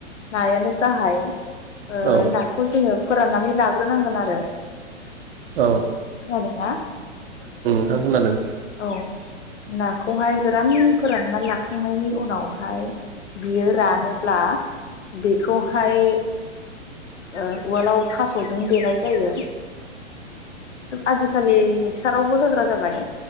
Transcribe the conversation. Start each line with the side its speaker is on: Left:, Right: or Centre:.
Left: नायानो गाहाय ओ
Right: औ
Left: नाखौ जोङो फोराननानै लाग्रोनांगोन आरो खोनादोंना?
Right: औ औ खोनादों।
Left: औ नाखौहाय गोरान फोरानना लाखांनायनि उनावहाय बियो रानोब्ला बेखौहाय ओ उवालाव थास'जों देनाय जायो। आजिखालि मिक्सारावबो होग्रा जाबाय,